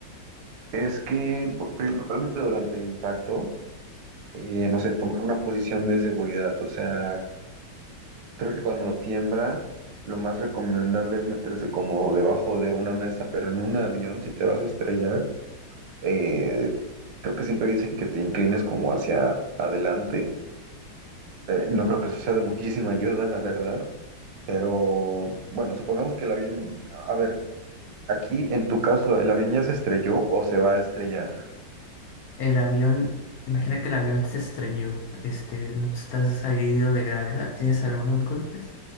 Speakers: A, on the right; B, on the left.
A: Es que bu- principalmente durante el impacto, eh, no sé, tomar una posición de seguridad. O sea, creo que cuando tiembla, lo más recomendable es meterse como debajo de una mesa, pero en un avión, si te vas a estrellar, eh, creo que siempre dicen que te inclines como hacia adelante. Eh, no creo que eso sea de muchísima ayuda, la verdad. Pero bueno, supongamos que el avión, a ver, aquí en tu caso, ¿el avión ya se estrelló o se va a estrellar?
B: El avión, imagina que el avión se estrelló, este, no estás herido de gravedad, tienes algunos golpes,